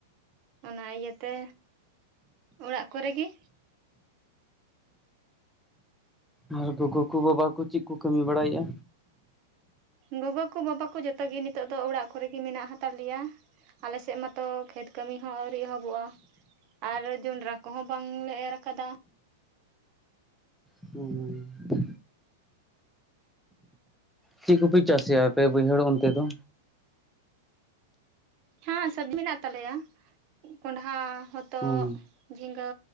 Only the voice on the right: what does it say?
ᱚᱱᱟ ᱤᱭᱟᱹᱛᱮ ᱚᱲᱟᱜ ᱠᱚᱨᱮ ᱜᱮ
ᱜᱚᱜᱚ ᱠᱚ ᱵᱟᱵᱟ ᱠᱚ ᱡᱚᱛᱚ ᱜᱮ ᱱᱤᱛᱚᱜ ᱫᱚ ᱚᱲᱟᱜ ᱠᱚᱨᱮ ᱜᱮ ᱢᱮᱱᱟᱜ ᱦᱟᱛᱟᱲ ᱞᱮᱭᱟ ᱟᱞᱮᱥᱮᱜ ᱢᱟᱛᱚ ᱠᱷᱮᱛ ᱠᱟᱹᱢᱤ ᱦᱚᱸ ᱟᱣᱨᱤ ᱮᱦᱚᱵᱚᱜᱼᱟ ᱟᱨ ᱡᱚᱱᱰᱨᱟ ᱠᱚᱦᱚᱸ ᱵᱟᱝᱞᱮ ᱮᱨ ᱠᱟᱫᱟ
ᱦᱮᱸ ᱥᱚᱵᱽᱡᱤ ᱢᱮᱱᱟᱜ ᱛᱟᱞᱮᱭᱟ ᱠᱚᱸᱰᱷᱟ, ᱦᱚᱛᱚᱜ,
ᱡᱷᱤᱸᱜᱟᱹ